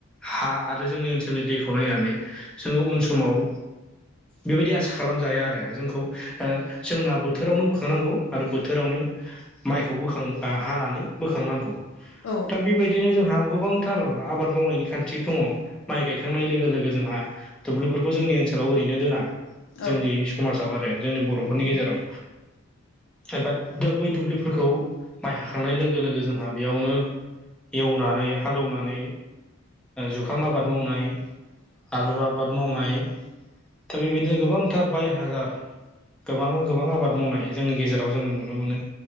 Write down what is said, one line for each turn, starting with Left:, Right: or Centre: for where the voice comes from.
Centre: हा आरो जोंनि ओनसोलनि दैखौ नायनानै जोङो उन समाव बेबायदि आसा खालामजाया आरो जोंखौ जोंना बोथोरावनो बोखांनांगौ आरो बोथोरावनो। माइखौ बोखां हानानै बोखांनांगौ
Left: औ
Centre: दा
Left: औ
Centre: बेबादि बिदिनो जोंहा गोबांथार आबाद मावनायनि खान्थि दङ माइ गायखांनाय लोगो लोगो जोंहाबो दुब्लिफोरखौ जोंनि ओनसोलाव ओरैनो दोना
Left: औ
Centre: जोंनि समाजाव आरो जोंनि बर'फोरनि गेजेराव
Left: औ
Centre: एबा बै दुब्लिफोरखौ माइ हाखांनाय लोगो लोगो जोंहा बेयावनो। एवनानै हालेवनानै जुखाम आबाद मावनाय आलु आबाद मावनाय दा बेबायदिनो गोबांथार बाय हाजार गोबां गोबां आबाद मावनाय जोंनि गेजेराव जोङो नुनो मोनो